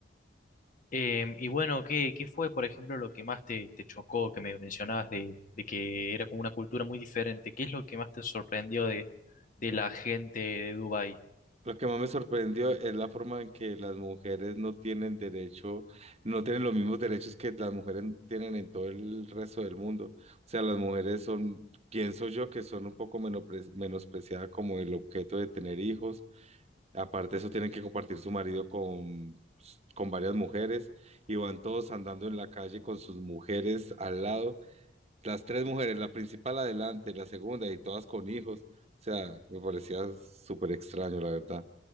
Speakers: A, on the left; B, on the right.
A: Eh, y bueno, ¿qué, qué fue, por ejemplo, lo que más te, te chocó, que me mencionabas de, de que era como una cultura muy diferente? ¿Qué es lo que más te sorprendió de, de la gente de Dubái?
B: Lo que más me sorprendió es la forma en que las mujeres no tienen derecho, no tienen los mismos derechos que las mujeres tienen en todo el resto del mundo. O sea, las mujeres son, pienso yo, que son un poco menopre- menospreciadas como el objeto de tener hijos. Aparte de eso, tienen que compartir su marido con, con varias mujeres y van todos andando en la calle con sus mujeres al lado. Las tres mujeres, la principal adelante, la segunda y todas con hijos. O sea, me parecía súper extraño, la verdad.